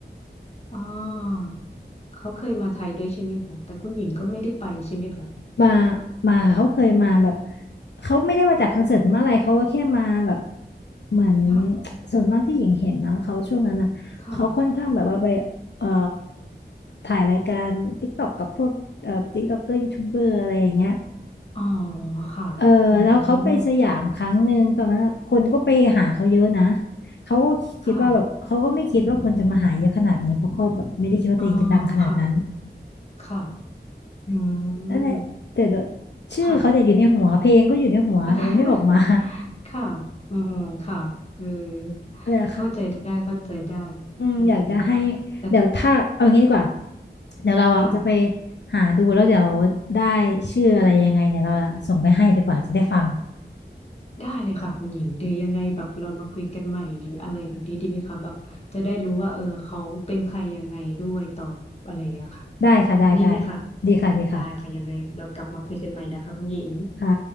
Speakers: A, on the left (about 35°); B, on the left (about 70°).
A: อ๋าเขาเคยมาไทยด้วยใช่ไหมคะ แต่คุณหญิงก็ไม่ได้ไปใช่ไหมคะ
B: มามาค่ะเขาเคยมาแบบเขาไม่ได้มาจากคอนเสิร์ตเมื่อะไรเขาก็แค่มาแบบเหมือน
A: ค่ะ
B: <tsk> ส่วนมากที่หญิงเห็นนะเขาช่วงนั้นอ่ะเขาค่อนข้างแบบว่าไป
A: ค่ะ
B: เอ่อถ่ายรายการ TikTok กับพวกเอ่อ TikToker ยูทูบเบอร์อะไรอย่างเงี้ย
A: อ๋อค่ะอืม
B: เออแล้วเขาไปสยามครั้งหนึ่งตอนนั้นอะคนก็ไปหาเขาเยอะนะเขาก็คิดว่าแบบเขาก็ไม่คิดว่าคนจะมาหาเยอะขนาดนี้เพราะก็แบบไม่ได้คิดว่าตัวเองจะดังขนาดนั้น
A: ค่ะอ๋อค่ะค่ะอืม
B: นั่นแหละแต่แบบชื่อเขาเนี่ยอยู่ในหัวเพลงก็อยู่ในหัวแต่มันไม่ออกมา
A: ค่ะ <laughs> ค่ะอืมค่ะเออ
B: <laughs> อะไรอะค่ะ
A: เข้าใจได้เข้าใจได้
B: อืมอยากจะให้
A: อืมแต่
B: เดี๋ยวถ้าเอางี้ดีกว่าเดี๋ยวเราอ่ะจะไป
A: ค่ะ
B: หาดูแล้วเดี๋ยวได้ชื่ออะไรยังไงเนี่ยเราอะส่งไปให้ดีกว่าจะได้ฟัง
A: ได้เลยค่ะคุณหญิงเดี๋ยวยังไงแบบเรามาคุยกันใหม่หรืออะไรแบบนี้ดีไหมคะแบบจะได้รู้ว่าเออเขาเป็นใครยังไงด้วยตอบอะไรอย่างเงี้ยค่ะ
B: ได้ค่ะได้ได้
A: ดีไหมคะ
B: ดีค่ะดีค่ะ
A: ได้ค่ะยังไงเรากลับมาคุยกันใหม่นะคะคุณหญิง
B: ค่ะ